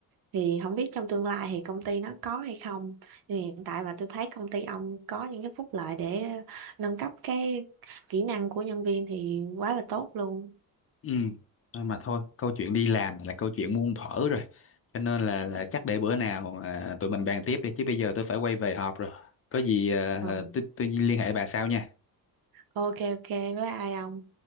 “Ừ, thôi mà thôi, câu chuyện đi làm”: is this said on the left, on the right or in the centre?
Left